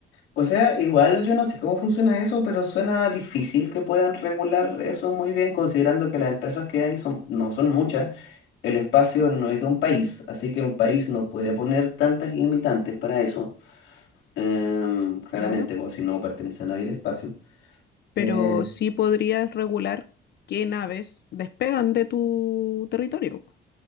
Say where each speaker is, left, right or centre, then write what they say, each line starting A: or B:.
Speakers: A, on the left (about 80°); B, on the left (about 60°).
A: O sea, igual yo no sé cómo funciona eso, pero suena difícil que puedan regular eso muy bien, considerando que las empresas que hay son, no son muchas, el espacio no es de un país, así que un país no puede poner tantas limitantes para eso, Em, claramente,
B: claro,
A: porque si no pertenece a nadie el espacio.
B: pero
A: Eh,
B: sí podrías regular qué naves despegan de tu territorio,